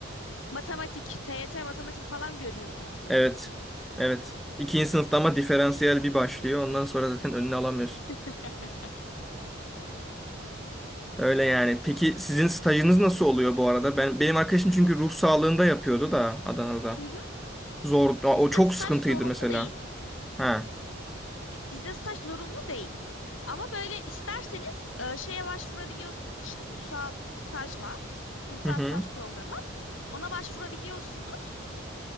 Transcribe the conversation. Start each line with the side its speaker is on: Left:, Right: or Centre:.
Left: Matematik, TYT matematik falan görüyoruz diyordu.
Centre: Evet. Evet. İkinci sınıfta ama diferansiyel bir başlıyor. Ondan sonra zaten önüne alamıyorsun.
Left: <laughs>
Centre: Öyle yani. Peki sizin stajınız nasıl oluyor bu arada? Ben benim arkadaşım çünkü ruh sağlığında yapıyordu da Adana'da.
Left: Hı hı.
Centre: Zor. Aa,
Left: Bizde
Centre: O çok
Left: staj
Centre: sıkıntıydı
Left: zorunlu
Centre: mesela.
Left: değil.
Centre: Ha.
Left: Bizde staj zorunlu değil. Ama böyle isterseniz e, şeye başvurabiliyorsunuz işte ulusal staj var. Ulusal
Centre: Hı hı.
Left: staj programı. Ona başvurabiliyorsunuz.